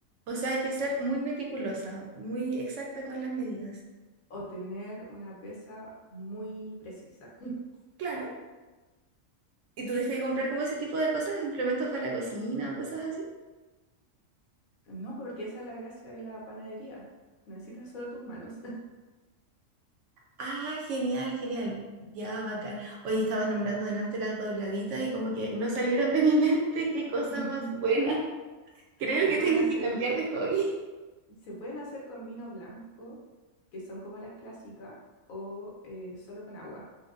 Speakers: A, on the right; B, on the left.
A: O sea, hay que ser muy meticulosa, muy exacta con las medidas.
B: O tener una pesa muy precisa. <laughs>
A: Claro. ¿Y tuviste que comprar como ese tipo de cosas, implementos para la cocina o cosas así?
B: No, porque esa es la gracia de la panadería. Necesitas solo tus manos.
A: Ah, genial, genial. Ya, bacán. Hoy estabas nombrando delante las dobladitas y como que no salieron de mi mente. <laughs> Qué cosa
B: <laughs>
A: más buena. Creo
B: Se
A: que
B: pueden
A: tengo
B: hacer
A: que cambiar de hobby.
B: Se pueden hacer con vino blanco, que son como las clásicas, o eh, solo con agua.